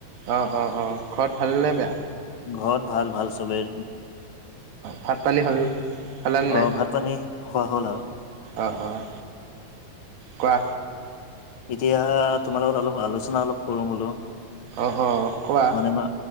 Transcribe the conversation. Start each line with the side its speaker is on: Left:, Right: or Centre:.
Right: অঁ অঁ অঁ ঘৰত ভাল নে বেয়া?
Left: ঘৰত ভাল ভাল চবে
Right: ভাত পানী হ'ল খালা নে
Left: অ'
Right: নাই?
Left: ভাত পানী খোৱা হ'ল আৰু।
Right: অঁ অঁ কোৱা
Left: এতিয়া তোমাৰ লগত অলপ আলোচনা অলপ কৰো বোলো।
Right: অঁ অঁ কোৱা।
Left: মানে মই